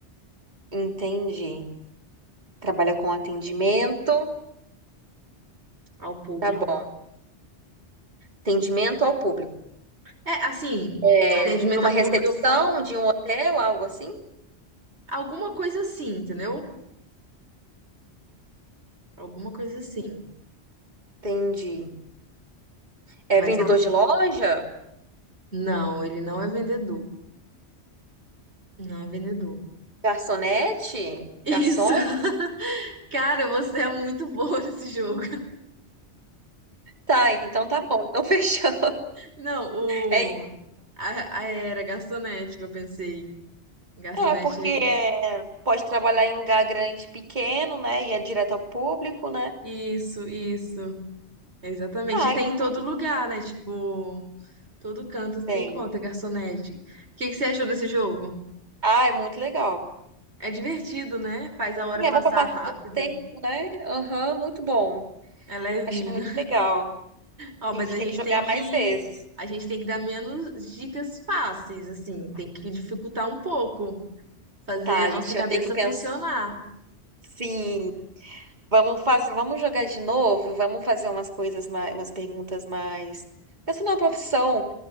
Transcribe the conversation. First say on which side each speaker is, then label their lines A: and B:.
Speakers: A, on the right; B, on the right.
A: Entendi. Trabalha com atendimento.
B: Ao público.
A: tá bom Atendimento ao público.
B: É, assim,
A: É,
B: atendimento
A: numa
B: ao
A: recepção
B: público eu falo
A: de um hotel, algo assim?
B: alguma coisa assim, entendeu? Alguma coisa assim.
A: Entendi. É
B: Mas
A: vendedor de loja?
B: não, ele não é vendedor. Não é vendedor.
A: Garçonete?
B: Isso!
A: Garçom?
B: <laughs> Cara, você é muito boa nesse jogo.
A: Tá, então tá bom. Então <laughs> fechou.
B: Não,
A: É, isso.
B: o. A, a era garçonete que eu pensei. Garçonete.
A: é porque é, pode trabalhar em lugar grande, pequeno, né? E é direto ao público, né?
B: Isso, isso. Exatamente.
A: Tá,
B: E tem
A: então
B: em todo lugar, né? Tipo, todo canto você
A: tem.
B: encontra garçonete. O que que você achou desse jogo?
A: Ah, é muito legal.
B: É divertido, né? Faz a hora
A: E é
B: passar
A: bom para passar
B: rápido.
A: o tempo, né? Aham, muito bom.
B: É levinho.
A: Achei muito legal.
B: Ó, mas
A: A gente
B: a
A: tem
B: gente
A: que jogar
B: tem que
A: mais vezes.
B: a gente tem que dar menos dicas fáceis, assim, tem que dificultar um pouco, fazer
A: Tá,
B: a
A: a
B: nossa
A: gente
B: cabeça
A: vai ter que pensar.
B: funcionar.
A: Sim. Vamos fazer, vamos jogar de novo, vamos fazer umas coisas mais, umas perguntas mais. Essa não é uma profissão.